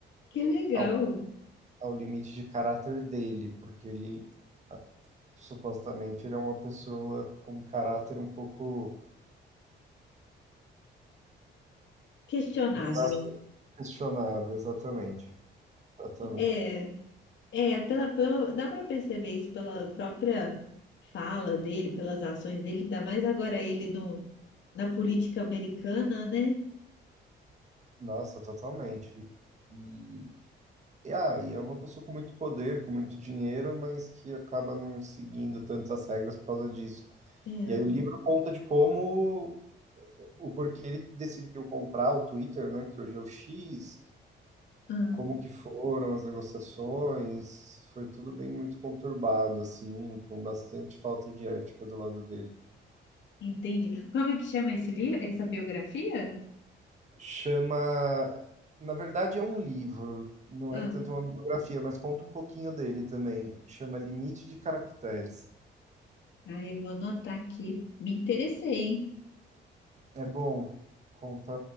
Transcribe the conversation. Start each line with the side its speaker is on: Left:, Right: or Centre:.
Left: Que legal.
Right: ao, ao limite de caráter dele, porque ele supostamente ele é uma pessoa com um caráter um pouco
Left: Questionável.
Right: um caráter questionável, exatamente, exatamente.
Left: É, é pela, pela, dá para perceber isso pela própria fala dele, pelas ações dele, ainda mais agora ele no, na política americana, né?
Right: Nossa, totalmente. E, e, ah, e é uma pessoa com muito poder, com muito dinheiro, mas que acaba não seguindo tantas regras por causa disso.
Left: É.
Right: E aí o livro conta de como, o porquê ele decidiu comprar o Twitter, né, que hoje é o X,
Left: Ah,
Right: como que foram as negociações, foi tudo bem muito conturbado, assim, com bastante falta de ética do lado dele.
Left: entendi. Como é que chama esse livro, essa biografia?
Right: Chama. Na verdade, é um livro, não
Left: Ah,
Right: é tanto uma biografia, mas conta um pouquinho dele também. Chama Limite de Caracteres.
Left: ah, eu vou anotar aqui. Me interessei, hein?
Right: É bom, conta